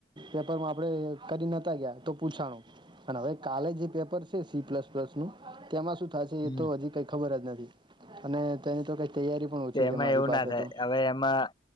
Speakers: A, on the right (about 25°); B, on the left (about 20°).
A: પેપરમાં આપડે કરી નતા ગયા તો પુંછાણું અને હવે કાલે જે પેપર છે સી પ્લસ પ્લસ નું તેમાં શું થશે
B: હમ,
A: એ તો હજી કઈક ખબર જ નથી અને તેની તો કંઈ તૈયારી પણ ઓછી
B: તો એમાં
A: છે, મારી
B: એવું
A: પાસે
B: ના થાય
A: તો
B: હવે એમાં